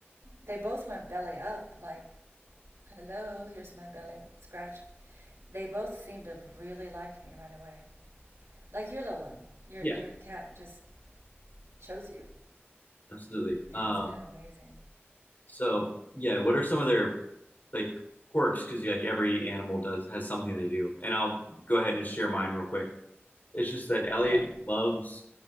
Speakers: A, on the right (about 85°); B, on the left (about 45°).
A: they both went belly up. Like, hello, here's my belly scratch. They both seemed to really like me right away. Like your little one. Your
B: Yeah,
A: your cat just chose you.
B: absolutely.
A: Yeah,
B: Um,
A: it's kind of amazing.
B: so yeah, what are some of their like quirks? Because like every animal does has something they do, and I'll go ahead and just share mine real quick. It's just that Elliot
A: Yeah.
B: loves